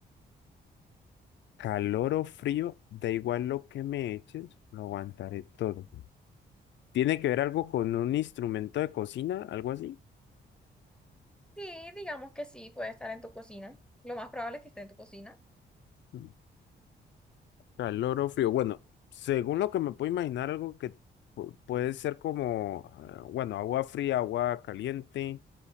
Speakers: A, on the left (about 70°); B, in the centre.
A: Calor o frío, da igual lo que me eches, lo aguantaré todo. ¿Tiene que ver algo con un instrumento de cocina, algo así?
B: Sí, digamos que sí, puede estar en tu cocina. Lo más probable es que esté en tu cocina.
A: Mm. Calor o frío. Bueno, según lo que me puedo imaginar, algo que pu- puede ser como, ah, bueno, agua fría, agua caliente,